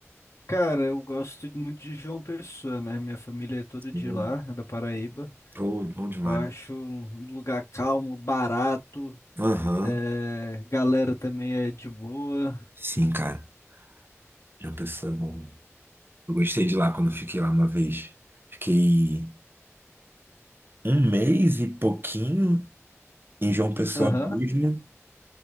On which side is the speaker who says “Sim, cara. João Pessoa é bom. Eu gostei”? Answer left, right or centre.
Right